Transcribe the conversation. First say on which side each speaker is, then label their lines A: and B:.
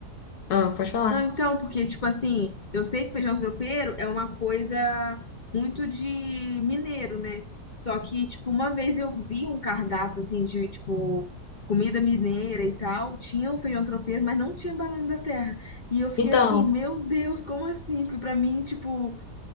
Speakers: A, on the left; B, on the left.
A: Ah, pode falar.
B: não, então, porque, tipo assim, eu sei que feijão tropeiro é uma coisa muito de mineiro, né? Só que, tipo, uma vez eu vi um cardápio, assim, de, tipo, comida mineira e tal, tinha o feijão tropeiro, mas não tinha banana da terra. E eu fiquei
A: Então,
B: assim, meu Deus, como assim? Porque pra mim, tipo,